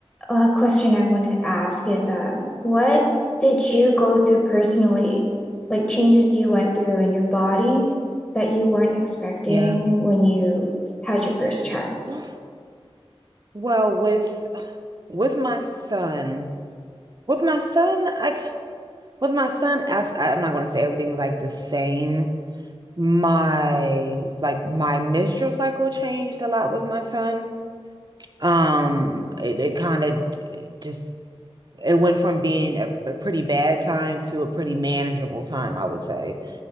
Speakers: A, on the left; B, on the right.
A: A question I wanted to ask is, um, what did you go through personally, like changes you went through in your body that you weren't expecting
B: yeah.
A: when you had your first child?
B: <sighs> Well, with with my son, with my son, I With my son, I, am not going to say everything's like the same. My like my menstrual cycle changed a lot with my son. Um, it, it kind of just it went from being a, a pretty bad time to a pretty manageable time, I would say.